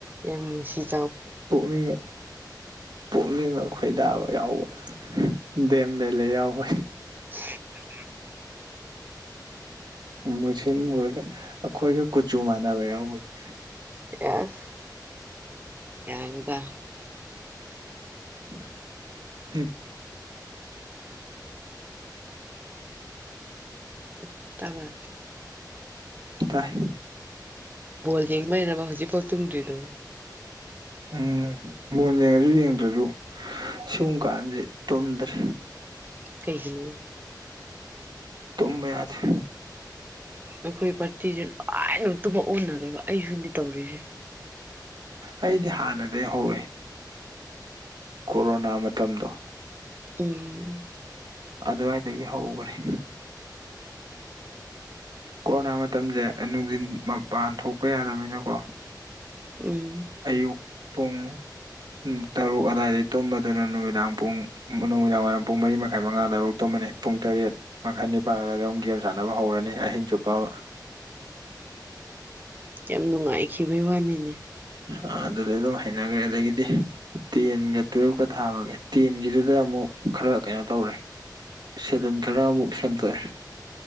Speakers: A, on the right (about 25°); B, on the right (about 75°).
A: ꯌꯥꯝ ꯎꯠꯁꯤꯠ
B: ꯄꯨꯛꯅꯤꯡꯅ ꯄꯨꯛꯅꯤꯡꯅ ꯈꯣꯏꯗꯥꯕ ꯌꯥꯎꯕ ꯗꯦꯝ ꯃꯦꯂꯦ ꯌꯥꯎꯕ
A: <unintelligible>
B: ꯃꯨꯁꯤꯟ ꯃꯨꯔꯒ ꯑꯈꯣꯏꯒ ꯀꯨꯆꯨ ꯃꯥꯟꯅꯕ ꯌꯥꯎꯕꯒꯤ
A: ꯑꯁ ꯌꯥꯅꯤꯗ
B: <inaudible>
A: ꯎꯝ ꯇꯥꯕ꯭ꯔꯥ
B: ꯇꯥꯏ
A: ꯕꯣꯜ ꯌꯦꯡꯕꯩꯔꯕ ꯍꯧꯖꯤꯛꯐꯥꯎ ꯇꯨꯝꯗ꯭ꯔꯤꯗꯣ
B: ꯎꯝ ꯕꯣꯜ ꯌꯦꯡꯉꯁꯨ ꯌꯦꯡꯗ꯭ꯔꯁꯨ ꯁꯤꯒꯨꯝꯕ ꯀꯥꯟꯖꯦ ꯇꯨꯝꯗ꯭ꯔꯦ
A: ꯀꯩꯒꯤꯅꯣ
B: ꯇꯨꯝꯕ ꯌꯥꯗꯦ
A: ꯑꯈꯣꯏ ꯄꯥꯔꯇꯤꯁꯦ ꯂꯣꯏꯅ ꯇꯨꯝꯕ ꯑꯣꯟꯅꯔꯦꯕ ꯑꯩꯁꯨꯅꯦ ꯇꯧꯔꯤꯁꯦ
B: ꯑꯩꯗꯤ ꯍꯥꯟꯅꯗꯒꯤ ꯍꯧꯔꯦ ꯀꯣꯔꯣꯅꯥ ꯃꯇꯝꯗꯣ
A: ꯎꯝ
B: ꯑꯗꯨꯋꯥꯏꯗꯒꯤ ꯍꯧꯒ꯭ꯔꯦ ꯀꯣꯔꯣꯅꯥ ꯃꯇꯝꯁꯦ ꯅꯨꯡꯊꯤꯟ ꯃꯄꯥꯟ ꯊꯣꯛꯄ ꯌꯥꯗꯕꯅꯤꯅꯀꯣ
A: ꯎꯝ
B: ꯑꯌꯨꯛ ꯄꯨꯡ <unintelligible> ꯇꯔꯨꯛ ꯑꯗꯥꯏꯗꯩ ꯇꯨꯝꯕꯗꯨꯅ ꯅꯨꯃꯤꯗꯥꯡ ꯄꯨꯡ ꯅꯨꯃꯤꯗꯥꯡꯋꯥꯏꯔꯝ ꯄꯨꯡ ꯃꯔꯤ ꯃꯈꯥꯏ ꯃꯉꯥ ꯑꯗꯥꯏꯐꯥꯎ ꯇꯨꯝꯃꯅꯤ ꯄꯨꯡ ꯇꯔꯦꯠ ꯃꯈꯥꯏ ꯅꯤꯄꯥꯜ ꯑꯗꯥꯏꯗ ꯑꯃꯨꯛ ꯒꯦꯝ ꯁꯥꯟꯅꯕ ꯍꯧꯔꯅꯤ ꯑꯍꯤꯡ ꯆꯨꯞꯄ ꯑꯃ
A: ꯌꯥꯝ ꯅꯨꯡꯉꯥꯏꯈꯤꯕꯩ ꯋꯥꯅꯤꯅꯦ
B: ꯑꯥ ꯑꯗꯨꯗꯩ ꯑꯗꯨꯝ ꯍꯩꯅꯒ꯭ꯔꯦ ꯑꯗꯒꯤꯗꯤ ꯇꯦꯟꯒ ꯇꯨꯋꯦꯜꯐꯀ ꯊꯥꯕꯒꯤ ꯇꯦꯟꯒꯤꯗꯨꯗ ꯑꯃꯨꯛ ꯈꯔ ꯀꯩꯅꯣ ꯇꯧꯔꯦ ꯁꯦꯗꯨꯟ ꯈꯔ ꯑꯃꯨꯛ ꯁꯦꯝꯗꯣꯛꯑꯦ